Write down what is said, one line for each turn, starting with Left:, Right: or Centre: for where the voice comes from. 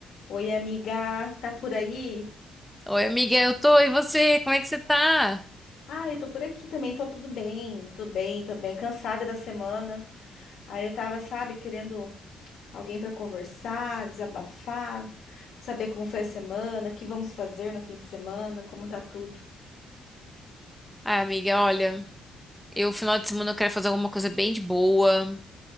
Left: Oi, amiga, tá por aí?
Centre: Oi, amiga, eu tô. E você? Como é que você tá?
Left: Ah, eu tô por aqui também, tô tudo bem, tô bem, tô bem, cansada da semana. Aí eu tava, sabe, querendo alguém pra conversar, desabafar, saber como foi a semana, o que vamos fazer no fim de semana, como tá tudo.
Centre: Ah, amiga, olha, eu final de semana eu quero fazer alguma coisa bem de boa,